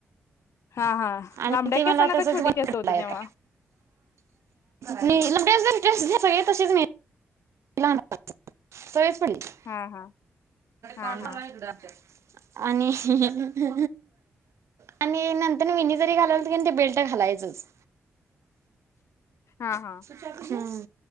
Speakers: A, on the left; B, on the right.
A: हा हा
B: आणि
A: लांबड्या
B: ते मला
A: केसा ना
B: तसंच
A: का छोटी
B: बंद
A: केस
B: पडलाय
A: होती तेव्हा,
B: आता नाही <unintelligible> सगळी तशीच नाय <unintelligible>
A: हा, हा हा
B: आणि
A: हा
B: ह ह आणि नंतर वेणी जरी घालायलतो का नाही तरी ते बेल्ट घालायचंच,
A: हा, हा
B: ह,